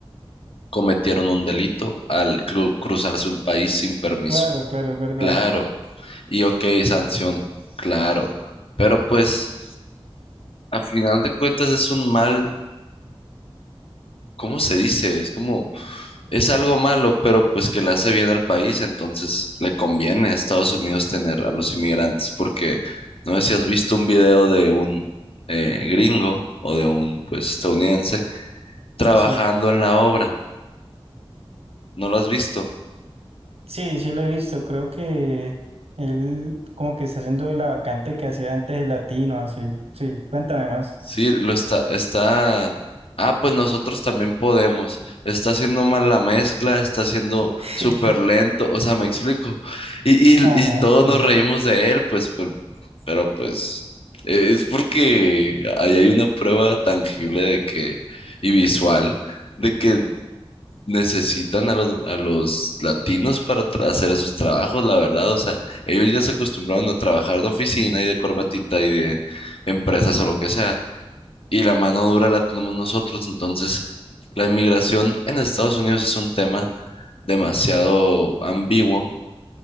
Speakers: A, on the left (about 65°); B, on the right (about 85°).
A: cometieron un delito al cru- cruzarse un país sin permiso.
B: claro, claro, es verdad.
A: Claro. Y ok, sanción. Claro. Pero pues, a final de cuentas es un mal, ¿cómo se dice? Es como, es algo malo, pero pues que le hace bien al país, entonces le conviene a Estados Unidos tener a los inmigrantes, porque no sé si has visto un video de un eh, gringo o de un pues estadounidense trabajando
B: Sí,
A: en la obra. ¿No lo has visto?
B: sí, sí lo he visto, creo que él como que está haciendo la vacante que hacía antes de Latino, así, sí, cuéntame más.
A: Sí, lo está, está, ah, pues nosotros también podemos. Está haciendo mal la mezcla, está haciendo
B: Sí. <laughs>
A: súper lento, o sea, me explico. Y,
B: Ajá,
A: y, y todos
B: sí.
A: nos reímos de él, pues, pero, pero, pues, eh, es porque ahí hay una prueba tangible de que, y visual, de que necesitan a los, a los latinos para tra- hacer esos trabajos, la verdad. O sea, ellos ya se acostumbraron a trabajar de oficina y de corbatita y de empresas o lo que sea y la mano dura la tenemos nosotros. Entonces, la inmigración en Estados Unidos es un tema demasiado ambiguo,